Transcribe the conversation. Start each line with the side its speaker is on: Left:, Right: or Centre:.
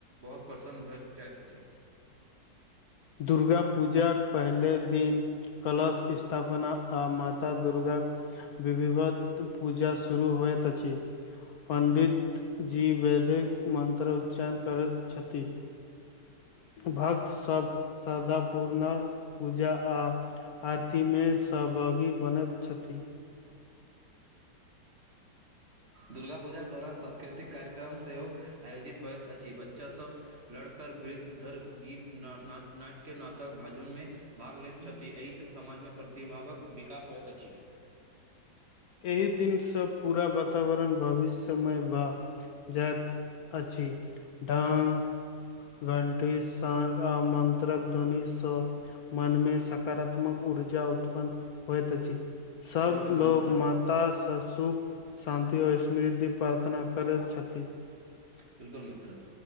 Right: बहुत प्रसन्न भए जाइत अछि।
Left: दुर्गा पूजाक पहिले दिन- कलश स्तापना आ माता दुर्गाक- विभिवत पूजा शुरू होइत अछि। पण्डित जी वैदिक मन्त्र उ- जा करैत छथि। भक्त सब- श्रद्धा पूर्णक पूजा आ- आरती मे सहभागी बनैत छथि।
Right: दुर्गा पूजाके दौरान सांस्कृतिक कार्यक्रम सेहो आयोजित होइत अछि बच्चा सभ- लड़कर वृद्धधर गीत ना-नाद नाट्य नाटक भजन मे भाग लैत छथि एहि सङ्ग समाजमे प्रतिभावक विकास होइत अछी।
Left: एहि दिन सँ पूरा वतावरण भविष्यमय बा- जाइत अछी। डांग, वंटिश तांगा मन्त्रक ध्वनिसँ मन मे सकारात्मक ऊर्जा उत्पन्न- होइत अछि सब
Right: बिल्कुल
Left: लोक-
Right: मित्र
Left: ता - स सुख, शान्ति आऔ स्मृद्धि प्रार्थना करैत छथी।
Right: बिलकुल मित्र,